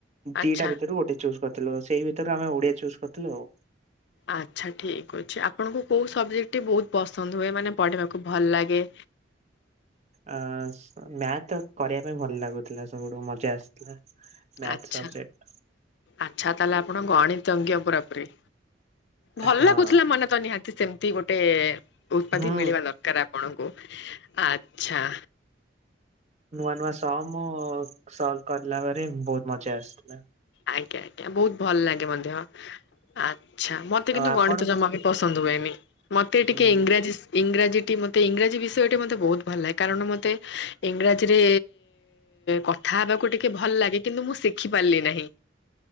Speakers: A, on the left; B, on the right.
A: ଆଚ୍ଛା
B: ଦିଟା ଭିତରୁ ଗୋଟେ ଚୁଜ୍ କରିଥିଲୁ। ସେଇ ଭିତରେ ଆମେ ଓଡିଆ ଚୁଜ୍ କରିଥିଲୁ ଆଉ।
A: ଆଚ୍ଛା, ଠିକ୍ ଅଛି। ଆପଣଙ୍କୁ କୋଉ ସବଜେକ୍ଟ ଟି ବହୁତ ପସନ୍ଦ ହୁଏ, ମାନେ ପଢିବାକୁ ଭଲ ଲାଗେ?
B: ଅ ସ ମ୍ୟାଥ୍ କରିବା ପାଇଁ ଭଲ ଲାଗୁଥିଲା। ସବୁଠୁ ମଜା ଆସ ମ୍ୟାଥ
A: ଆଚ୍ଛା
B: ସବଯେକ୍ଟ
A: ଆଚ୍ଛା, ତାହେଲେ ଆପଣ ଗଣିତଜ୍ଞ ପୁରାପୁରି? ଭଲ
B: ହଁ
A: ଲାଗୁଥିଲା ମନେ ତ ନିହାତି ସେମିତି ଗୋଟେ ଉତ୍ପାତି
B: ହୁଁ
A: ମିଳିବା ଦରକାର। ଆପଣଙ୍କ ଆଚଛା।
B: ନୂଆ ନୂଆ ସମ୍ ସଲଫ୍ କଲାପରେ ବହୁତ ମଜା ଆସିଥିଲା।
A: ଆଜ୍ଞା ଆଜ୍ଞା ବହୁତ ଭଲ ଲାଗେ ମଧ୍ୟ ଆଚ୍ଛା ମତେ କିନ୍ତୁ
B: ଆଉ ଆପଣ
A: ଗଣିତ ଜମାବି ପସନ୍ଦ ହୁଏନି, ମୋତେ ଟିକେ
B: ଉଁ
A: ଇଂରାଜୀ ଇଂରାଜୀଟି ମୋତେ ଇଂରାଜୀ ବିଷୟଟି ମୋତେ ବହୁତ ଭଲ ଲାଗେ କାରଣ ମୋତେ ଇଂରାଜୀରେ କଥା ହେବାକୁ ଟିକେ ଭଲ ଲାଗେ କିନ୍ତୁ ମୁଁ ଶିଖି ପାରିଲି ନାହିଁ।